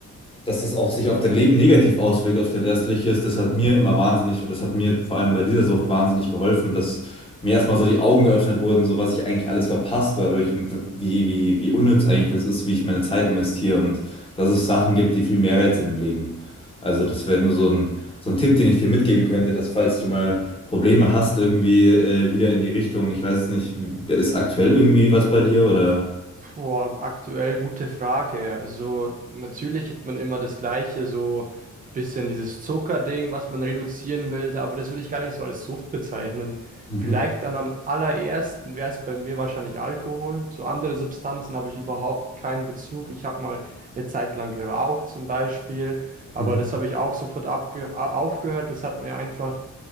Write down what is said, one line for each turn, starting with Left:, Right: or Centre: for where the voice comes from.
Left: dass das auch sich auf dein Leben negativ auswirkt, auf dein restliches, das hat mir immer wahnsinnig, oder das hat mir vor allem bei dieser Sucht wahnsinnig geholfen, dass mir erstmal so die Augen geöffnet wurden, so was ich eigentlich alles verpasst dadurch und wie, wie, wie unnütz eigentlich das ist, wie ich meine Zeit investiere und dass es Sachen gibt, die viel mehr wert sind im Leben. Also das wäre nur so ein, so ein Tipp, den ich dir mitgeben könnte, dass falls du mal Probleme hast, irgendwie äh, wieder in die Richtung, ich weiß es nicht, ist aktuell irgendwie was bei dir oder?
Right: Boah, aktuell gute Frage. Also natürlich hat man immer das Gleiche, so ein bisschen dieses Zuckerding, was man reduzieren will, aber das würde ich gar nicht so als Sucht bezeichnen.
Left: Mhm,
Right: Vielleicht dann am allerersten wäre es bei mir wahrscheinlich Alkohol. So andere Substanzen habe ich überhaupt keinen Bezug. Ich habe mal eine Zeit lang geraucht zum Beispiel, aber
Left: mhm,
Right: das habe ich auch sofort abge a- aufgehört. Das hat mir einfach